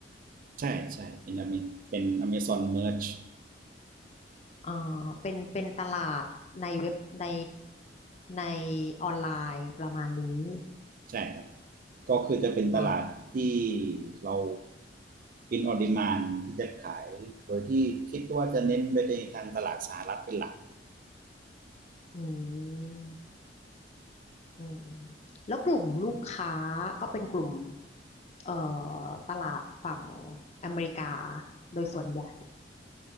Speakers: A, on the right (about 50°); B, on the left (about 40°).
A: ใช่ใช่เป็น Ame- เมเป็น Amazon Merch
B: อ่าเป็นเป็นตลาดในเว็บในในออนไลน์ประมาณนี้
A: ใช่ครับก็คือจะเป็นตลาดที่
B: อ่า
A: เราเป็นออดิมานที่จะขายโดยที่คิดว่าจะเน้นไปในทางตลาดสหรัฐเป็นหลัก
B: อืมอืมแล้วกลุ่มลูกค้าก็เป็นกลุ่มเอ่อตลาดฝั่งอเมริกาโดยส่วนใหญ่